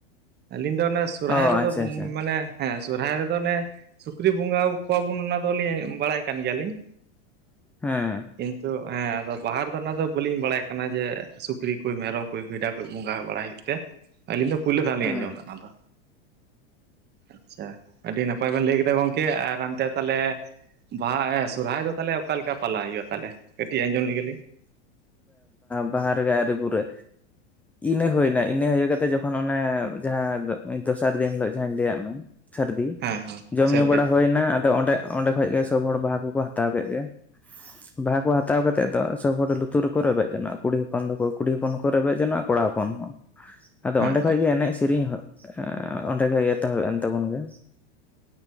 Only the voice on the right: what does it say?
ᱟᱹᱞᱤᱧ ᱫᱚ ᱚᱱᱮ ᱥᱚᱨᱦᱟᱭ
ᱨᱮᱫᱚ
ᱢᱟᱱᱮ ᱦᱮᱸ ᱥᱚᱨᱦᱟᱭ ᱨᱮᱫᱚ ᱚᱱᱮ ᱥᱩᱠᱨᱤ ᱵᱚᱸᱜᱟ ᱠᱚᱣᱟᱵᱚᱱ ᱚᱱᱟ ᱫᱚᱞᱤᱧ ᱵᱟᱲᱟᱭ ᱠᱟᱱ ᱜᱮᱭᱟᱞᱤᱧ
ᱠᱤᱱᱛᱩ ᱦᱮᱸ ᱟᱫᱚ ᱵᱟᱦᱟ ᱫᱚ ᱚᱱᱟ ᱫᱚ ᱵᱟᱹᱞᱤᱧ ᱵᱟᱲᱟᱭ ᱠᱟᱱᱟ ᱡᱮ ᱥᱩᱠᱨᱤ ᱠᱚ ᱢᱮᱨᱚᱢ ᱠᱚ ᱵᱷᱮᱰᱟ ᱠᱚ ᱵᱚᱸᱜᱟ ᱵᱟᱲᱟᱟᱭ ᱦᱩᱭᱩᱜ ᱛᱮ ᱟᱹᱞᱤᱧ ᱫᱚ ᱯᱳᱭᱞᱳ ᱫᱷᱟᱣ ᱞᱤᱧ
ᱟᱸᱡᱚᱢ ᱮᱫᱟ ᱚᱱᱟᱫᱚ ᱟᱪᱪᱷᱟ ᱟᱹᱰᱤ ᱱᱟᱯᱟᱭ ᱵᱮᱱ ᱞᱟᱹᱭ ᱠᱮᱫᱟ ᱜᱚᱝᱠᱮ ᱟᱨ ᱦᱟᱱᱛᱮ ᱛᱟᱦᱞᱮ ᱵᱟᱦᱟ ᱥᱚᱨᱦᱟᱭ ᱫᱚ ᱛᱟᱦᱚᱞᱮ ᱚᱠᱟᱮ ᱞᱮᱠᱟ ᱯᱟᱞᱟᱣ ᱦᱩᱭᱩᱜᱼᱟ ᱛᱟᱦᱚᱞᱮ ᱠᱟᱹᱴᱤᱡ ᱟᱸᱡᱚᱢ ᱞᱮᱜᱮ
ᱦᱮᱸ ᱦᱮᱸ
ᱥᱟᱹᱨᱫᱤ
ᱦᱮᱸ
ᱦᱳᱭ